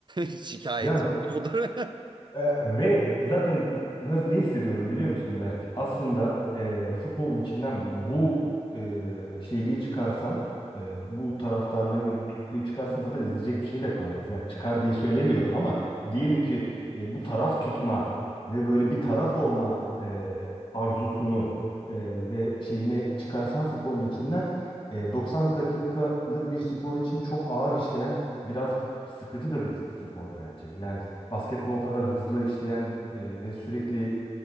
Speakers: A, on the right (about 40°); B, on the left (about 30°).
A: <laughs> Şikayetim
B: Ya
A: budur.
B: E, Ve zaten nasıl ne hissediyorum biliyor musun Berk? Aslında e, futbolun içinden bu e, şeyliği çıkarsan, e, bu taraftarlığı ve bu tutkuyu çıkarsan zaten izleyecek bir şey de kalmaz. Yani çıkar diye söylemiyorum ama diyelim ki e, bu taraf tutma ve böyle bir taraf olma e, arzusunu e, ve şeyini çıkarsan futbolun içinden e, 90 dakikalık bir spor için çok ağır işleyen biraz sıkıcı da bir spor bence. Yani basketbol kadar hızlı işleyen e, ve sürekli